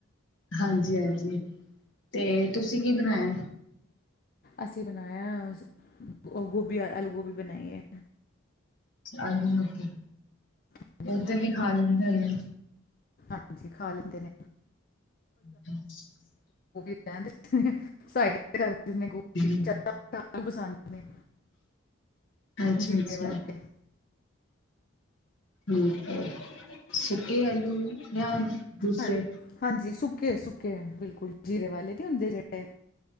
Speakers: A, on the left; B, on the left.
A: ਹਾਂਜੀ ਹਾਂਜੀ ਤੇ ਤੁਸੀਂ ਕੀ ਬਣਾਇਆ?
B: ਅਸੀਂ ਬਣਾਇਆ ਉਹ ਗ ਆਲੂ ਗੋਭੀ ਬਣਾਈ ਐ।
A: ਆਲੂ ਮਗੀ
B: ਹਾਂਜੀ
A: ਉਹਧ ਵੀ ਖਾ ਲੈਂਦੇ ਹੁਣੇ।
B: ਹਾਂਜੀ ਖਾ ਲੈਂਦੇ ਨੇਂ।
A: <unintelligible>
B: ਕਹਿਦੇ <unintelligible> ਸਾਈਡ ਕਰ। ਜਨੇਭ
A: ਹਮ
B: ਪਸੰਦ ਨੇ,
A: ਅੱਛਾ
B: ਜੀਰੇ
A: ਅੱਛਾ
B: ਵਾਲੇ।
A: ਹਂ ਫਿਰ ਸੁੱਕੇ ਆਲੂ ਜਾਂ ਦੂਸਰੇ
B: ਹਾਂ, ਹਾਂਜੀ ਸੁ ਕੇ ਸੁਕੇ ਬਿਲਕੁਲ ਜੀਰੇ ਵਾਲੇ। ਕੀ ਹੁੰਦੇ ਜਿਹੜੇ